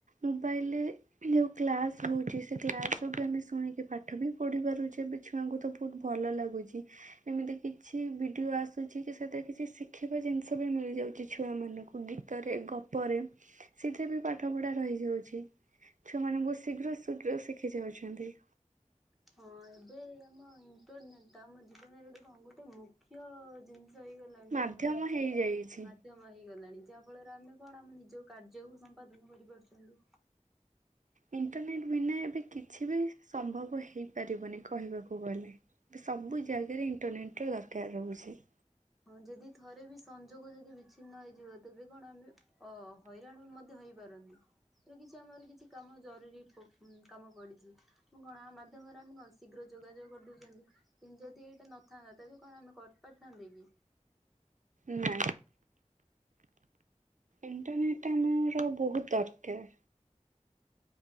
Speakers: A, on the right; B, in the centre.
A: ମୋବାଇଲରେ। ଯୋଉ କ୍ଲାସ ହଉଛି ସେ କ୍ଲାସର ବି ଆମେ ଶୁଣିକି ପାଠ ବି ପଢି ପାରୁଛେ ବି। ଛୁଆଙ୍କୁ ତ ବହୁତ ଭଲ ଲାଗୁଛି ଏମିତି କିଛି ଭିଡିଓ ଆସ ସୁୁଛି କି ସେଟା କିଛି ଶିଖିବା ଜିନିଷ ବି ମିଳିଯାଉଛି ଛୁଆମାନଙ୍କୁ ଗୀତରେ, ଗପରେ। ସେଥିରେ ବି ପାଠ ପଢା ରହିଯାଉଛି ଛୁଆମାନେ ବହୁତ ଶୀଘ୍ର ଶୀଘ୍ର ଶିଖି ଯାଉଛନ୍ତି।
B: ହଁ ଏବେ ଆମ ଇଣ୍ଟରନେଟଟା ଆମ ଜୀବନରେ ଗୋଟେ କଣ ଗୋଟେ ମୁଖ୍ୟ ଜିନିଷ ହେଇ ଗଲାଣି
A: ମାଧ୍ୟମ
B: ଆମ ମା
A: ହେଇଯାଇଛି।
B: ମାଧ୍ୟମ ହେଇଗଲାଣି ଯାହାଫଳରେ ଆମେ କଣ ଆମେ ନିଜ କାର୍ଯ୍ୟକୁ ସମ୍ପାଦନ କରିପାରୁଛନ୍ତି।
A: ଇଣ୍ଟରନେଟ ବିନା ଏବେ କିଛି ବି ସମ୍ଭବ ହେଇପାରିବନି କହିବାକୁ ଗଲେ। ଏବେ ସବୁ ଜାଗାରେ ଇଣ୍ଟରନେଟର ଦରକାର ରହୁଛି।
B: ହଁ ଯଦି ଥରେ ବି ସଂଯୋଗ ଯଦି ବିଚ୍ଛିନ୍ନ ହେଇଯିବ ତେବେ କଣ ଆମେ ଅ ହଇରାଣ ମଧ୍ୟ ହେଇପାରୁନି ଧର କିଛି ଆମର କିଛି କାମ ଜରୁରୀ ପ ଉଁ କାମ ପଡ଼ିଛି। ଉଁ କଣ ଆ ମାଧ୍ୟମରେ ଆମେ କଣ ଶୀଘ୍ର ଯୋଗାଯୋଗ କରିଦଉଛନ୍ତି। କିନ୍ତୁ ଯଦି ଏଇଟା ନଥାନ୍ତା ତେବେ କଣ ଆମେ କରିପାରିଥାନ୍ତେ କି?
A: ନା ଇଣ୍ଟରନେଟ ଆମର ବହୁତ ଦରକାର।